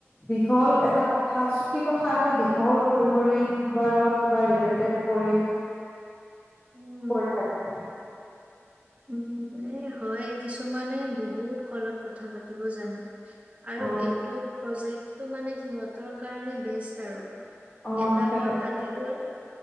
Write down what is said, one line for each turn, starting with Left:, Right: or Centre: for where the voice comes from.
Left: দীঘল এটা কথা চুটি কথা এটা দীঘল কৰি কৰি কিবাৰ লগত কিবা ৰিলেটেড কৰি
Right: উম
Left: কৈ থাকে
Right: উম এ হয় কিছুমানে বহুত কলত কথা পাতিব জানে আৰু
Left: অ
Right: এইটো প্ৰজেক্ট তটো মানে সিহঁতৰ কাৰণে বেষ্ট আৰু
Left: অ
Right: এটা
Left: সেই
Right: কল কাটি গ'ল